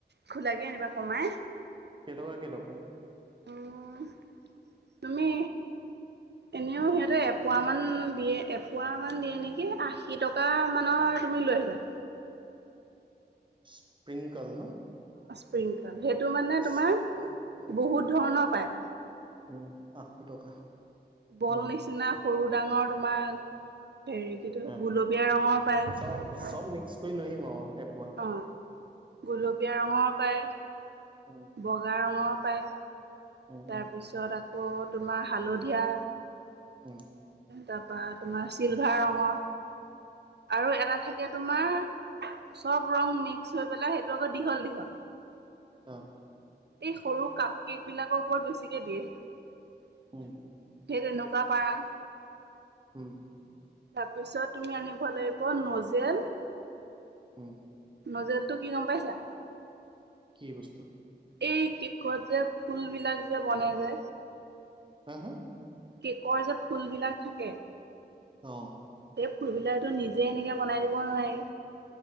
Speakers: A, on the right (about 75°); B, on the right (about 25°).
A: খোলাকে আনিবা, কমাই।
B: কেইটকা, কেইটকা?
A: উম, তুমি এনেও সিহঁতে এপুৱা মান দিয়ে এপোৱা মান দিয়ে নেকি? আশী টকা মানৰ তুমি লৈ আহিবা।
B: স্প্ৰিংকল ন'?
A: স্পিংকল সেইটো মানে তোমাৰ
B: স্প্ৰিংকল
A: বহুত ধৰণৰ পায়।
B: উম। আশী টকা
A: বল
B: উম
A: নিচিনা সৰু-ডাঙৰ তোমাৰ হেৰিকিতো
B: হা।
A: গুলপীয়া ৰঙৰ পায়।
B: চব চব মিক্স কৰি লৈ আহিম আৰু এপোৱা
A: অ, গুলপীয়া ৰঙৰ পায়,
B: উম
A: বগা ৰঙৰ পায়
B: উম
A: তাৰপিছত,
B: উম
A: আকৌ তোমাৰ হালধীয়া
B: উম
A: তাৰ পা, তোমাৰ চিলভাৰ ৰঙৰ, আৰু এটা থাকে তোমাৰ। চব ৰং, মিক্স হৈ পেলাই সেইটো আকৌ দীঘল, দীঘল।
B: অ
A: এই সৰু কাপ কেকবিলাকৰ ওপৰত বেছিকে দিয়ে সেইটো। সেই
B: উম
A: তেনেকুৱা পাৰা।
B: উম
A: তাৰপিছত তুমি আনিব লাগিব নজেল
B: উম।
A: নজেলটো কি গম পাইছা?
B: কি বস্তু?
A: এই কেকত যে ফুল বিলাক যে বনাই যে
B: হা-হা?
A: কেকৰ যে ফুল বিলাক থাকে।
B: অ'।
A: সেই ফুলবিলাহটো নিজে এনেকে বনাই দিব নোৱাৰি